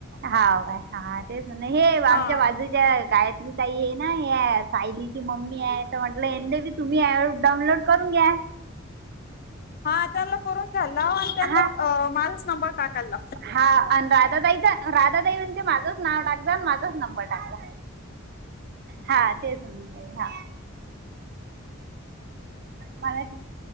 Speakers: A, on the right; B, on the left.
A: हा काय हा तेच म्हण हे आमच्या
B: हा
A: बाजूच्या गायत्री ताई आहे ना या सायलीची मम्मी आहे तर म्हटलं हे बी तुम्ही प डाउनलोड करून घ्या.
B: हा त्यांना करून घ्यायला लाव आणि त्यांना
A: हा
B: माझाच नंबर टाकायला लाव.
A: हा आणि राधा ताईचा राधा ताई म्हणते माझंच नाव टाकजा अण माझाच नंबर टाकजा. हा तेच म्हणून ह. मराठीत